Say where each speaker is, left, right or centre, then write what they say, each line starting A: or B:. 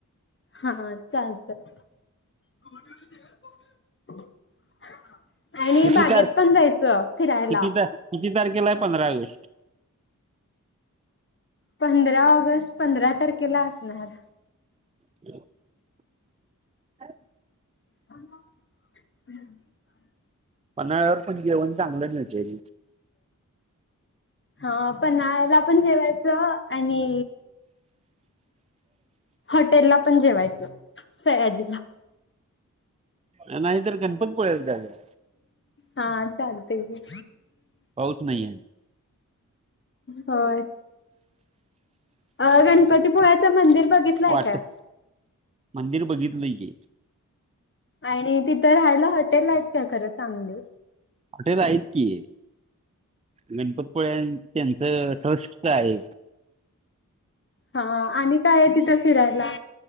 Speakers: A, on the left; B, on the right.
A: हा चालत. ह <unintelligible> आणि
B: किती
A: बागेत
B: तार
A: पण जायचं फिरायला.
B: किती तार किती तारखेला आहे पंधरा ऑगस्ट
A: पंधरा ऑगस्ट पंधरा तारखेला असणार.
B: ह <unintelligible> ह <unintelligible>
A: हम् <unintelligible>
B: पन्हाळ्यावर पण जेवण चांगलं मिळतय की.
A: हा पन्हाळ्याला पण जेवायचं आणि हॉटेल ला पण जेवायचं सयाजीला.
B: अ नाहीतर गणपती पुळ्याला जाऊया.
A: हा चालतय की.
B: पाऊस नाही ये.
A: होय अ गणपतीपुळ्याच मंदिर बघितलंय
B: वाट
A: काय?
B: मंदिर बघितलंय की.
A: आणि तिथं राहायलं हॉटेल आहेत काय खरं चांगल?
B: हॉटेल आहेत की गणपतपुळे त्यांचं ट्रस्टच आहे.
A: हा आणि काय आहे तिथं फिरायला?